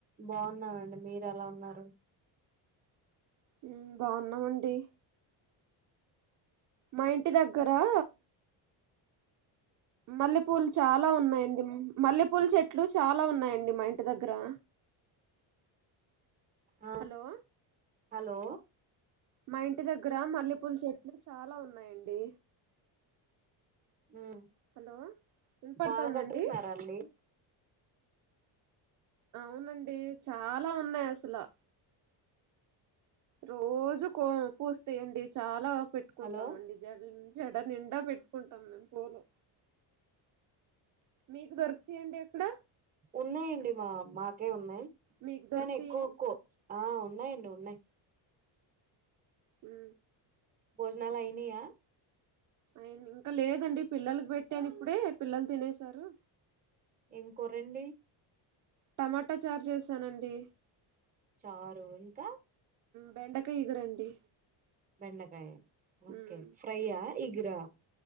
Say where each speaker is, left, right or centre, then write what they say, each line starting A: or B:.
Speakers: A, on the right; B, on the right.
A: బాగున్నామండి. మీరు ఎలా ఉన్నారు.
B: ఉ బాగున్నామండి. మా ఇంటి దగ్గరా మల్లెపూలు చాలా ఉన్నాయండి మల్లెపూలు చెట్లు చాలా ఉన్నాయండి మా ఇంటి దగ్గరా
A: ఆ
B: హలో
A: హలో
B: మా ఇంటి దగ్గర మల్లెపూలు చెట్లు చాలా ఉన్నాయండి
A: ఉమ్
B: హలో వినపడుతుందా
A: మాల కట్టుకుంటున్నారా
B: అండి
A: అండి
B: అవునండి చాలా ఉన్నాయి అసలు రోజు కో పూస్తాయండి చాలా పెట్టుకుంటామండి
A: హలో
B: జ జడ నిండి ఎ పెట్టుకుంటాం మేము పూలు మీకు దొరుకుతాయండి అక్కడ
A: ఉన్నాయండి మా మాకే ఉన్నాయి
B: మీకు దొరుకుతాయా
A: కానీ ఎక్కువ కో ఆ ఉన్నాయండి ఉన్నాయి
B: మ్
A: భోజనాలు అయినయా
B: అయిన ఇంకా లేదండి పిల్లలకు పెట్టాని ఇప్పుడే పిల్లలు తినేసారు
A: ఏం కూరండి
B: టమాటో చార్ చేసానండి
A: చారు ఇంకా
B: బెండకాయ ఇగురండి
A: బెండకాయ ఓకే
B: ఉమ్,
A: ఫ్రైయా ఇగురా